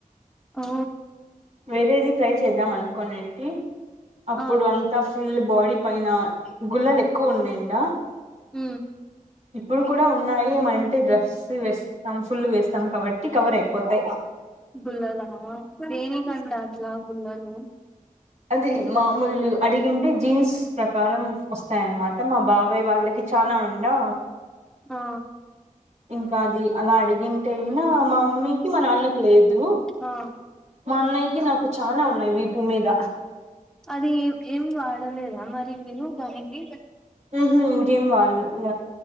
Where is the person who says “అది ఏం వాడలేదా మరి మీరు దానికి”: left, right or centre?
Centre